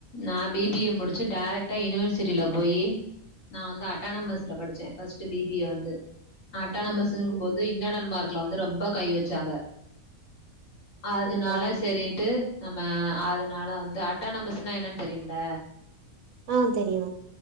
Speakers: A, on the left (about 70°); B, on the right (about 75°).
A: நா பி பி ஏ முடிச்சு டேரெக்டா யுனிவர்சிட்டில போயி நா வந்து அட்டானமஸ்ல படிச்சே ஃபஸ்ட்டு பி பி ஏ வந்து அட்டானமஸுங்கும்
B: ஓகே
A: போது இன்டர்னல் மார்க்ல வந்து ரொம்ப கை வெச்சாங்க அதனால
B: அப்டியா
A: செரின்ட்டு நம்ம அதனால வந்து அட்டானமஸ்னா என்னன்னு தெரியும்ல
B: ஆ தெரியு